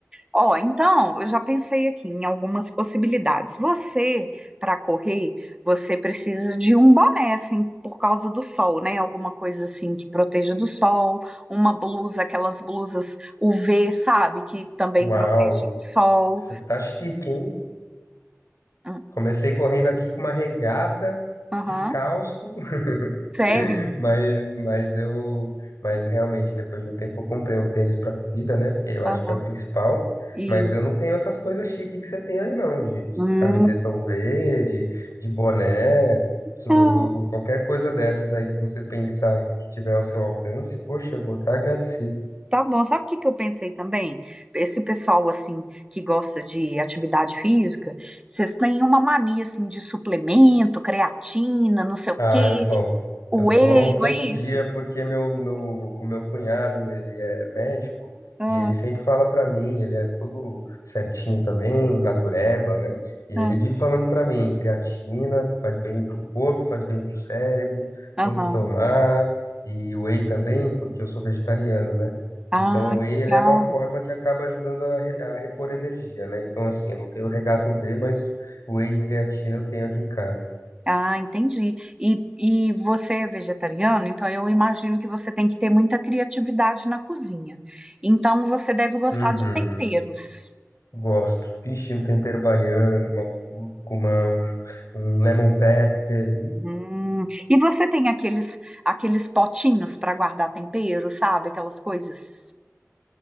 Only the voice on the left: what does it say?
Uau!
Você tá chique, hein?
Comecei correndo aqui com uma regata,
descalço,
<laughs> mas, mas eu, mas realmente depois de um tempo eu comprei um tênis para corrida, né? Porque eu acho
que é o principal.
Mas eu não tenho essas coisas chiques que você tem aí, não, de, de,
de camiseta UV, de, de boné. Se
vo- o- o- qualquer coisa dessas aí que você pensar que tiver ao seu alcance, poxa, eu vou estar agradecido.
Ah,
eu tomo.
Eu tomo
todo
dia
porque meu, meu, o meu cunhado, ele é médico
e ele sempre fala pra mim, ele é todo certinho também, natureba, né? E ele
vive falando pra mim, creatina faz bem pro corpo, faz bem pro cérebro,
tem que tomar, e whey também, porque eu sou vegetariano, né?
Então, o
whey, ele
é uma forma que acaba ajudando a, re- a repor energia, né? Então, assim, eu não tenho regato V, mas o whey e creatina eu tenho aqui em casa.
Uhum.
Gosto. Ixi, um tempero baiano, uma cúrcuma, um, um lemon pepper. Hum.